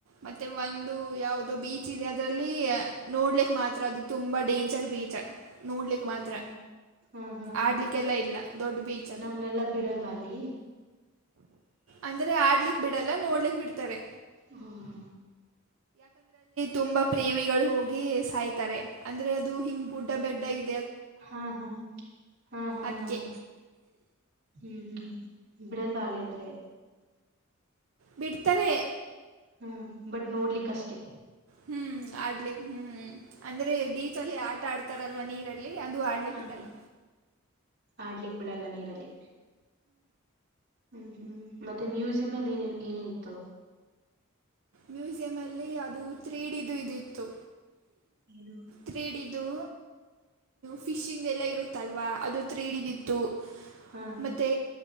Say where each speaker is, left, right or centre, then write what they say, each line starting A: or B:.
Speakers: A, on the right; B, on the right.
A: ಮತ್ತೆ ಒಂದು ಯಾವ್ ಅದು ಬೀಚ್ ಇದೆ ಅದ್ರಲ್ಲಿ ನೋಡ್ಲಿಕ್ ಮಾತ್ರ ಅದು ತುಂಬಾ ಡೇಂಜರ್ ಬೀಚ್. ನೋಡ್ಲಿಕ್ಕೆ
B: ಹೌದ
A: ಮಾತ್ರ
B: ಹಾ ಹಾ <unintelligible>
A: ಆಡಲಿಕ್ಕೆಲ್ಲ ಇಲ್ಲ ದೊಡ್ಡ ಬೀಚ್
B: ನಮ್ನೆಲ್ಲಾ ಬಿಡಲ್ವಾ ಅಲ್ಲಿ.
A: ಅಂದ್ರೆ ಆಡ್ಲಿಕ್ ಬಿಡಲ್ಲ ನೋಡ್ಲಿಕ್ ಬಿಡ್ತರೆ.
B: ಹ ಹ
A: ತುಂಬಾ ಪ್ರೇಮಿಗಳು ಹೋಗಿ ಸಾಯ್ತಾರೆ ಅಂದ್ರೆ ಅದು ಹಿಂಗ್ ಗುಡ್ಡ ಬೆಡ್ಡ ಇ
B: ಹಾ ಹಾ ಹಾ ಹಾ
A: ಅದಕ್ಕೆ
B: ಹಾ <unintelligible> ಹ್ಮ್ ಹ್ಮ್ ಬ್ರೇಸ್ ಬಾಲ್ಯ ಅಂದ್ರೆ
A: ಬಿಡ್ತರೆ
B: ಹ್ಮ ಬಟ್ ನೋಡ್ಲಿಕ್ಕಷ್ಟೇ.
A: ಹ್ಮ್ ಆಡ್ಲಿಕ್ ಹ್ಮ್ ಅಂದ್ರೆ ಬೀಚಲ್ಲಿ ಆಟ ಆಡ್ ತರಲ್ವ ನೀರಲ್ ಲ್ಲಿ ಅದು ಆಡ್ಲಿಕ್
B: ಹಾ
A: ಬಿಡಲ್ಲ.
B: ಆಡ್ಲಿಕ್ ಬಿಡಲ್ಲ ನೀರಲ್ಲಿ. ಹ್ಮ್ ಹ್ಮ್ ಮತ್ತೆ ಮ್ಯೂಸಿಯಂಲ್ಲಿ ಏನೇನ್ ಏನೇನಿತ್ತು?
A: ಮ್ಯೂಸಿಯಂ ಅಲ್ಲಿ ಅದು ತ್ರಿಡಿದು ಇದಿತ್ತು.
B: ಏನು
A: ತ್ರಿಡಿದು. ಫಿಶ್ ಇಂದ ಎಲ್ಲ ಇರುತ್ತಲ್ವಾ? ಅದು ತ್ರೀಡಿದಿತ್ತು.
B: ಹಾ
A: ಮತ್ತೆ